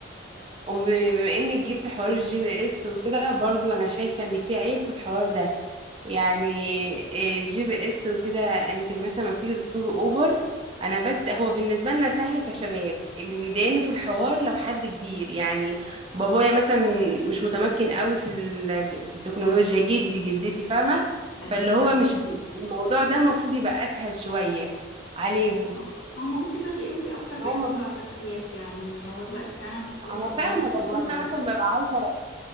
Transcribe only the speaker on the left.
أيوة
فعلا
صح هما ممكن ده تلاقيهم أكتر بيعتمدوا
على التاكسيات يعني هو دلوقتي فعلا التاكسيات
بقت
للناس الكبار
بس